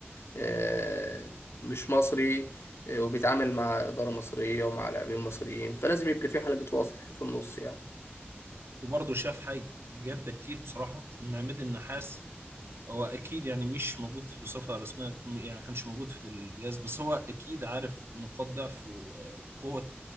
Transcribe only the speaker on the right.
وبرضه شاف حاجة جاب ده كتير بصراحة من عماد النحاس هو أكيد يعني مش موجود في صفة رسمية يعني ما كانش موجود في الجهاز بس هو أكيد عارف نقاط ضعف و- وقوة